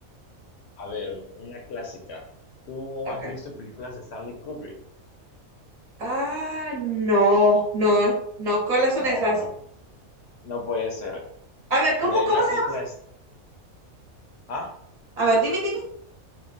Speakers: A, on the left; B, on the right.
A: A ver, una clásica. ¿Tú
B: Okay.
A: has visto películas de Stanley Kubrick?
B: Ah, no, no, no, ¿cuáles
A: No,
B: son esas?
A: no, no puede ser.
B: A ver, ¿cómo,
A: Mira, hay
B: cómo
A: una
B: se
A: película...
B: llama?
A: es- Ah,
B: A ver, dime, dime.